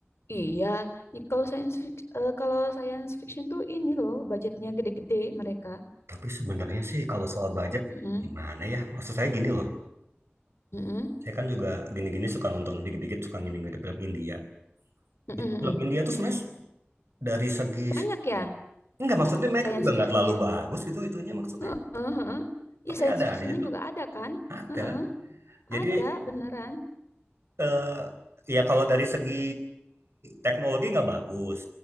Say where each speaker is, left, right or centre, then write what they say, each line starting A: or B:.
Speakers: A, on the left; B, on the right.
A: iya, ini kalau science fic- eh, kalau science fiction tuh ini loh budgetnya gede-gede mereka.
B: Tapi sebenarnya sih kalau soal budget
A: Mm-mm,
B: gimana ya? Maksud saya gini loh.
A: mm-mm,
B: Saya kan juga gini-gini suka nonton dikit-dikit suka gini-gini film India.
A: mm-mm,
B: Itu
A: mm-mm.
B: film India tuh sebenarnya dari segi
A: Banyak ya
B: enggak maksudnya mereka
A: science
B: juga
A: fictionnya.
B: nggak terlalu bagus gitu itunya maksudnya.
A: Heeh, heeh. Iya,
B: Tapi
A: science
B: ada
A: fictionnya
B: aja tuh.
A: juga ada kan?
B: Ada.
A: Heeh.
B: Jadi
A: Ada beneran.
B: eh, ya kalau dari segi teknologi nggak bagus.